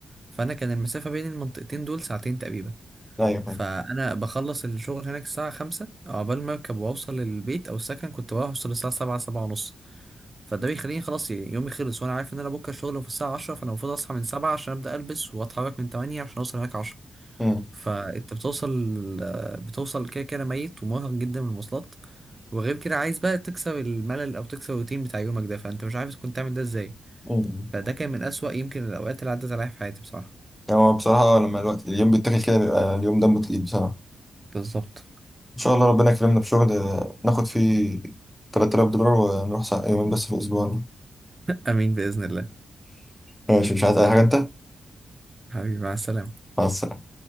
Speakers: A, on the right; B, in the centre.
A: فأنا كان المسافة بين المنطقتين دول ساعتين تقريبا
B: ايوه فاهم
A: فأنا بخلص الشغل هناك الساعة خمسة عقبال ما أركب وأوصل للبيت أو السكن كنت بروح أوصل الساعة سبعة سبعة ونص فده بيخليني خلاص يعني يومي خلص وأنا عارف إن أنا بكرة الشغل في الساعة عشرة فأنا المفروض أصحى من سبعة عشان أبدأ ألبس وأتحرك من تمانية عشان أوصل هناك عشرة
B: مم.
A: فانت بتوصل بتوصل كده كده ميت ومرهق جدا من المواصلات وغير كده عايز بقى تكسر الملل او تكسر الروتين بتاع يومك ده فانت مش عارف كنت تعمل ده ازاي
B: مم.
A: فده كان من اسوأ يمكن الاوقات اللي عدت عليا في حياتي بصراحة
B: هو بصراحه لما الوقت اليوم بيتاكل كده بيبقى اليوم دمه تقيل بصراحه
A: بالظبط
B: ان شاء الله ربنا يكرمنا بشغل ناخد فيه 3000 دولار ونروح سا- يومين بس في الاسبوع <laughs>
A: امين باذن الله
B: ماشي مش عايز اي حاجه انت
A: حبيبي مع السلامة
B: مع السلامه